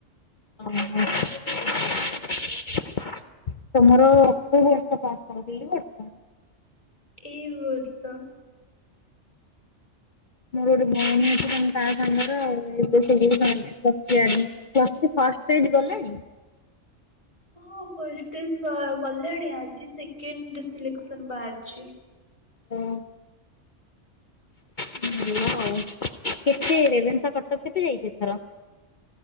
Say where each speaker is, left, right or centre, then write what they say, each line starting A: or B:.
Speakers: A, on the left; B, on the left.
A: ଓ ହୋ। <inaudible> <inaudible> ତମର କୋଉ ବର୍ଷ ପାଶ୍ ଆଉଟ୍ ଏଇ ବର୍ଷ?
B: ଏଇ ବର୍ଷ।
A: ମୋର ଗୋଟେ ଭଉଣୀ ଅଛି ତମେ ତା ସାଙ୍ଗରେ ଆଉ ଏବେ ସେ <unintelligible> plus three admission. Plus three first stage ଗଲାଣି?
B: ହଁ ଫଷ୍ଟ ଷ୍ଟେଜ ବା ଗଲାଣି ଆଜି ସେକେଣ୍ଡ ସିଲେକ୍ସନ ବାହାରିଛି।
A: ଓହୋ ଭଲ ଆଉ, କେତେ ରେଭେନ୍ସା କଟକ କେତେ ଯାଇଛ ଏଥର?